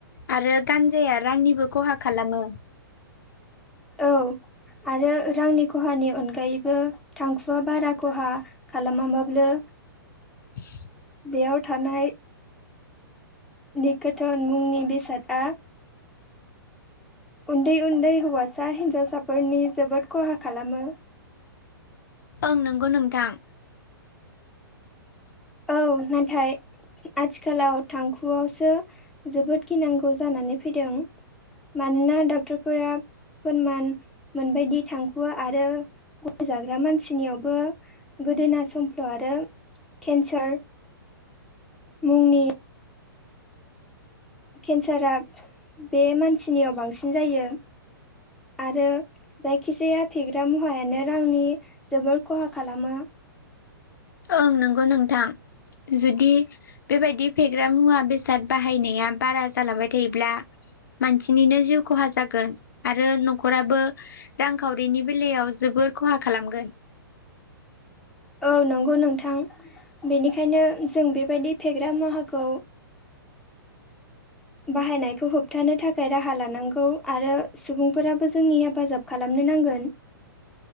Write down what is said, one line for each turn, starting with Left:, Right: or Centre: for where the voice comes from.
Left: आरो गानजाया रांनिबो खहा खालामो
Centre: औ आरो रांनिखौ खहानि अनगायैबो थांखुवआ बारा खहा खालामाबाबो
Left: <inaudible>
Centre: बेयाव थानाय निकोथोन मुंनि बेसादआ उन्दै उन्दै हौवासा हिन्जावसाफोरनि जोबोद खहा खालामो
Left: ओं नंगौ नोंथां
Centre: औ नाथाय आथिखालाव थांखुआवसो जोबोद गिनांगौ जानानै फैदों मानोना डक्टरफोरा फोरमान मोनबायदि थांखुआ आरो गय जाग्रा मानसिनियावबो गोदोना समफ्ल' आरो केन्सार मुंनि केन्सारा बे मानसिनियाव बांसिन जायो आरो जायखिजाया फेग्रा मुवायानो रांनि जोबोर खहा खालामो
Left: ओं नोंगौ नोंथां जुदि बेबायदि फेग्रा मुवा बेसाद बाहायनाया बारा जालांबाय थायोब्ला मानसिनिनो जिउ खहा जागोन आरो न'खराबो रांखावरिनि बेलायाव जोबोर खहा खालामगोन
Centre: औ नंगौ नोंथां बेनिखायनो जों बेबायदि फेग्रा मुाहाखौ बाहायनायखौ होबथानो थाखाय राहा लानांगौ आरो सुबुंफोराबो जोंनि हेफाजाब खालामनो नांगोन